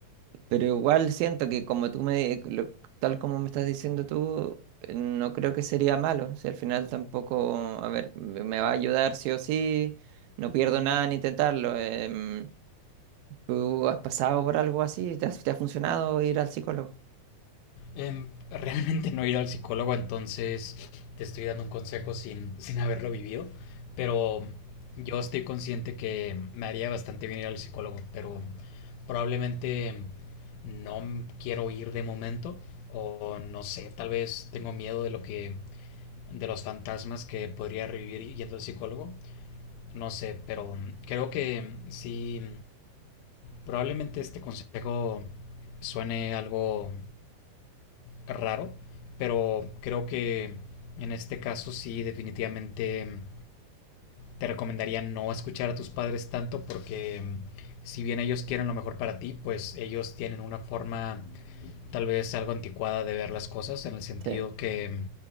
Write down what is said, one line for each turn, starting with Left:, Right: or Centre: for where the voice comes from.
Right: Pero igual siento que como tú me, lo- tal como me estás diciendo tú, eh, no creo que sería malo. Si al final tampoco, a ver, me me va a ayudar sí o sí, no pierdo nada en intentarlo. em, ¿tú has pasado por algo así? ¿Te has- te ha funcionado ir al psicólogo?
Left: Eh, realmente no he ido al psicólogo, entonces te estoy dando un consejo sin, sin haberlo vivido, pero yo estoy consciente que me haría bastante bien ir al psicólogo, pero probablemente no m- quiero ir de momento o no sé, tal vez tengo miedo de lo que de los fantasmas que podría revivir yendo al psicólogo, no sé, pero creo que sí probablemente este consejo suene algo raro, pero creo que en este caso sí definitivamente mm, te recomendaría no escuchar a tus padres tanto porque mm, si bien ellos quieren lo mejor para ti, pues ellos tienen una forma tal vez algo anticuada de ver las cosas en el sentido
Right: Sí.
Left: que mm,